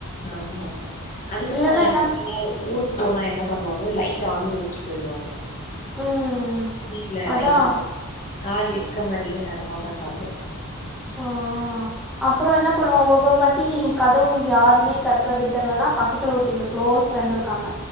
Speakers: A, on the left; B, in the centre.
A: ஆமா ஆமா அதுக்குதா
B: இல்லன்னா என்ன
A: இல்ல ஊருக் போனா என்ன பண்ணுவாங்க லைட்ட ஆன்லயே வச்சுட்டு போயிடுவாங்க
B: ம்
A: வீட்ல
B: அதா
A: லைட் <unintelligible> ஆள் இருக்க மாறியே நடமாட்ட காட்றது
B: ஆ அப்பற என்ன பண்ணுவோ ஒவ்வொரு வாட்டி கதவு யாருன்னே தட்டுறதுன்னு தெரிலனா பக்கத்துல ஒருத்தெங்க குளோஸ் ஃப்ரெண்ட் இருக்காங்க